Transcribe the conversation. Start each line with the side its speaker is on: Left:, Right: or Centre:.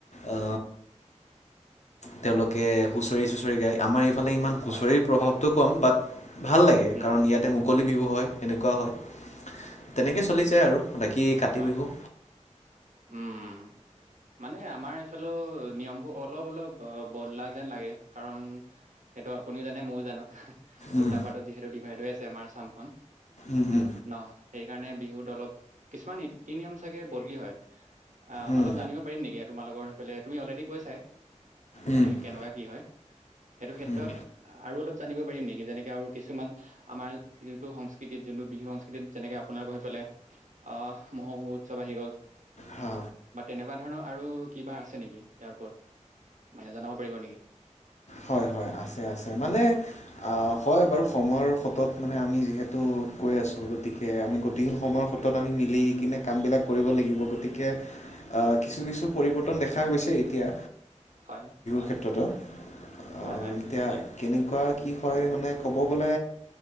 Left: আ তেওঁলোকে হুচ হুচৰি চুচৰি গায় আমাৰ এই ইফালে ইমান হুঁচৰিৰ
Right: হয়
Left: প্ৰভাৱটো। কম, বাট ভাল লাগে
Right: উম
Left: কাৰণ ইয়াতে মুকলি বিহু হয়। সেনেকুৱা হয়। তেনেকে চলি যায় আৰু বাকী কাতি
Right: হয়
Left: বিহু
Right: উম। মানে আমাৰ এইফালে নিয়মবোৰ অলপ অলপ বদলা যেন লাগে কাৰণ এইটো আপুনিও জানে ময়ও জানো। দুটা
Left: উম
Right: পাৰ্তত যিহেতো ডিভাইড হৈ আছে। তেমাৰ চামখন
Left: উম উম
Right: ন সেইকাৰণে বিহুত অলপ কিছুমান নীতি-নিয়ম চাগে বদলি হয়। অ'
Left: উম
Right: অলপ জানিব পাৰিম নেকি তোমালোকৰ। লে তুমি অলৰেডি কৈছাই।
Left: উম
Right: মানে কেনেকুৱা কি হয়? সেইটো ক্ষেত্ৰত
Left: উম
Right: আৰু অলপ জানিব পাৰিম নেকি যেনেকৈ আৰু কিছুমান আমাৰ যেনেকৈ আৰু কিছুমান আমাৰ যিতো সংস্কৃতিত যোনটো বিহু সংস্কৃতিত যেনেকৈ আপোনালোকৰ সেইফালে অহ মহোহো উৎসৱ আহি গ'ল।
Left: হা
Right: বা তেনেকুৱা ধৰণৰ আৰু কিবা আছে নেকি ইয়াৰ ওপৰত? মানে জনাব পাৰিব নেকি?
Left: হয়-হয়, আছে-আছে মানে অ' হয় বাৰু সময় <unintelligible> সতত মানে আমি যিহেতু গৈ আছো গতিকে আমি গতিশীল সময়ৰ সতত আমি মিলি কিনে কামবিলাক কৰিব লাগিব গতিকে কিছু-কিছু পৰিৱৰ্তন দেখা গৈছে এতিয়া।
Right: হয়।
Left: ক্ষেত্ৰটো অ,
Right: হয় হয়
Left: এতিয়া কেনেকুৱা হয় মানে ক'ব গ'লে